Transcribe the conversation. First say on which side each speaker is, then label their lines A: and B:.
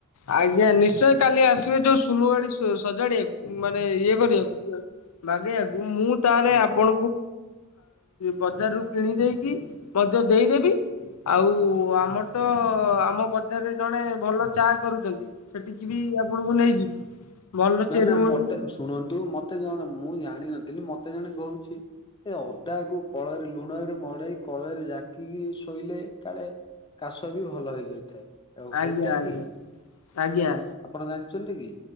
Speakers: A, on the left; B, on the left.
A: ଆଜ୍ଞା, ନିଶ୍ଚୟ କାଲି ଆସିବେ ଯୋଉ ସୁଲୁବାଡି ସଜାଡିବାକୁ ମାନେ ଇଏ
B: ହଁ
A: କରିବାକୁ, ବାଗେଇବାକୁ। ମୁଁ ତାହେଲେ
B: ହୁଁ।
A: ଆପଣ ବଜାର ରୁ କିଣି ଦେଇକି ମଧ୍ୟ ଦେଇଦେବି ଆଉ, ଆମର ତ, ଆମ ବଜାରରେ ଜଣେ ଭଲ ଚା କରୁଛନ୍ତି ସେଠିକି ବି ଆପଣଙ୍କୁ ନେଇଯିବି। ଭଲ
B: ନା,
A: ଚେରିମଣି
B: ନା ମତେ ଶୁଣନ୍ତୁ, ମତେ ଜଣେ ମୁଁ ଜାଣିନଥିଲି, ମତେ ଜଣେ କହୁଛି ଏ ଅଦାକୁ କଳରେ ଲୁଣରେ ମଡେଇ, କଳରେ ଜାକିକି ଶୋଇଲେ କାଳେ କାଶ ବି ଭଲ ହେଇଯାଇଥାଏ। ଆଉ
A: ଆଜ୍ଞା,
B: ହେଇଟା
A: ଆଜ୍ଞା,
B: କି
A: ଆଜ୍ଞା।।
B: ଆପଣ ଜାଣିଛନ୍ତି କି